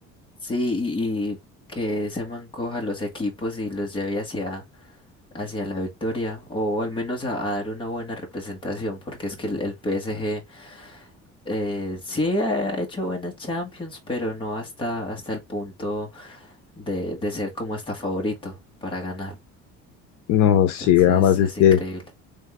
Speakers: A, on the left; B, on the left.
A: sí, y, y que se mancoja los equipos y los lleve hacia hacia la victoria o al menos a, a dar una buena representación, porque es que el, el PSG eh, sí ha hecho buenas Champions, pero no hasta, hasta el punto de, de ser como hasta favorito para ganar.
B: No,
A: Entonces
B: sí, además
A: es
B: es que,
A: increíble.